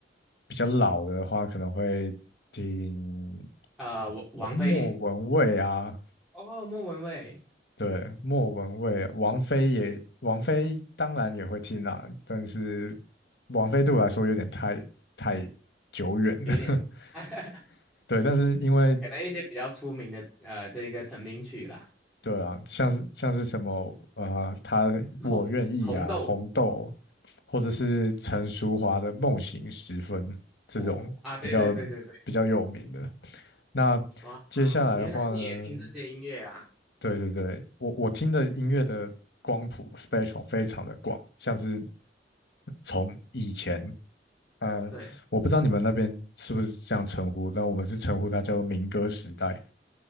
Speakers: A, on the left (about 65°); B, in the centre.
A: 比较老的话可能会听
B: 呃，王王菲。
A: 莫文蔚啊，
B: 哦，莫文蔚
A: 对，莫文蔚，王菲也，王菲当然也会听啦，但是王菲对我来说有点太太久远了，
B: 有一点，<laughs>
A: <laughs> 对，但是因为
B: 可能一些比较出名的呃，这个成名曲啦，
A: 对啊，像是像是什么啊、呃他我愿意啊，
B: 红红豆
A: 红豆，或者是陈淑桦的《梦醒时分》这种比较比较有名的。
B: 哦啊，对对对对对，
A: 那接下来的话呢，
B: 哇啊，原来你也听这些音乐啊？
A: 对对对，我我听的音乐的光谱 spectrum 非常的广，像是从以前，呃，
B: 对，
A: 我不知道你们那边是不是这样称呼，但我们是称呼它叫做民歌时代。